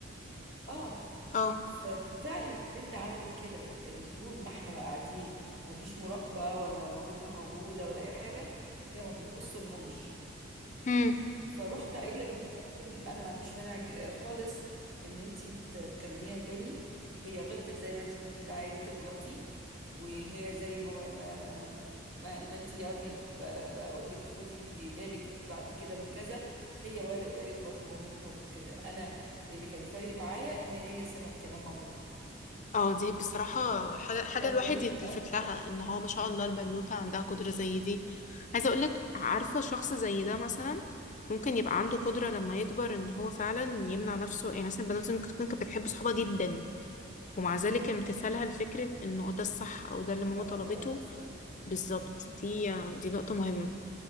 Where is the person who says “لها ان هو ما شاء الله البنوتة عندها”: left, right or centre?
Left